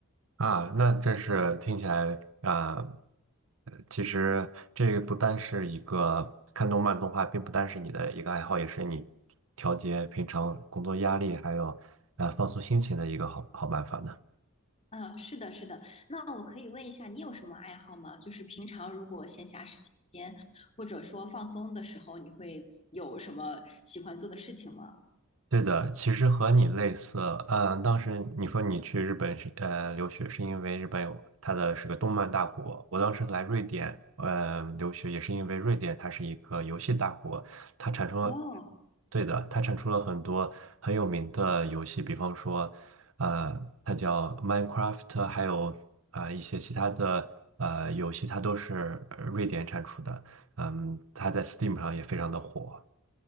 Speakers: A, on the right; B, on the left.
A: 啊，那真是听起来啊，呃其实这个不单是一个看动漫动画，并不单是你的一个爱好，也是你调节平常工作压力还有呃放松心情的一个好好办法呢。
B: 啊，是的，是的。那我可以问一下，你有什么爱好吗？就是平常如果闲暇时间，或者说放松的时候，你会有什么喜欢做的事情吗？
A: 对的，其实和你类似，嗯，当时你说你去日本是呃留学，是因为日本有它的是个动漫大国。我当时来瑞典，呃，留学也是因为瑞典它是一个游戏大国，它产生了，
B: 哦，
A: 对的，它产出了很多很有名的游戏，比方说，呃，它叫 Minecraft，还有啊、呃一些其他的呃游戏，它都是呃瑞典产出的，嗯，它在 Steam 上也非常的火。